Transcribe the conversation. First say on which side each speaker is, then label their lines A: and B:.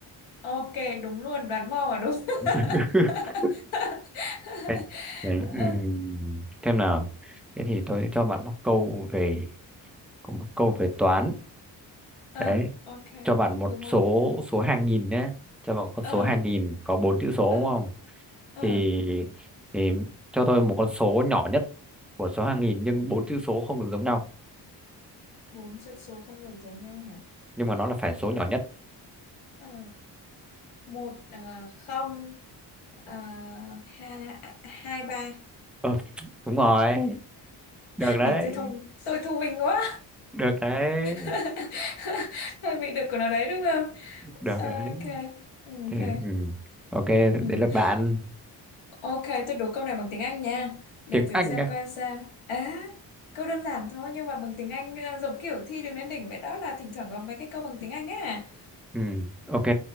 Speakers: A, on the left (about 75°); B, in the centre.
A: ok đúng luôn đoán mò à đúng
B: <laughs>
A: <laughs>
B: Ê, Đấy, ừm,
A: ờ
B: xem nào thế thì tôi sẽ cho bạn một câu về có một câu về toán
A: ờ,
B: đấy
A: ok
B: cho bạn một
A: đúng món
B: số số hàng nghìn nhé cho bạn con
A: ờ
B: số hàng nghìn có bốn chữ số
A: ờ
B: đúng không
A: ờ
B: thì thì cho tôi một con số nhỏ nhất của số hàng nghìn nhưng bốn chữ số không được giống nhau
A: bốn chữ số không được giống nhau hả
B: nhưng mà nó là phải số
A: Ờ.
B: nhỏ nhất
A: Ờ, một à, không à, hai hai ba
B: ờ, đúng rồi được đấy
A: này tôi thông tôi thông minh quá
B: được đấy
A: <laughs> hơi bị được của nó đấy đúng không
B: được
A: ok
B: đấy
A: ok
B: thì, ừm, ok
A: ừ.
B: đấy là bạn
A: ok tôi đố câu này bằng tiếng Anh nha để
B: tiếng
A: thử
B: Anh
A: xem coi sao à câu đơn giản thôi nhưng mà bằng tiếng Anh à, giống kiểu thi đường lên đỉnh vậy đó là thỉnh thoảng có mấy cái câu bằng tiếng Anh á
B: Ừ, ok.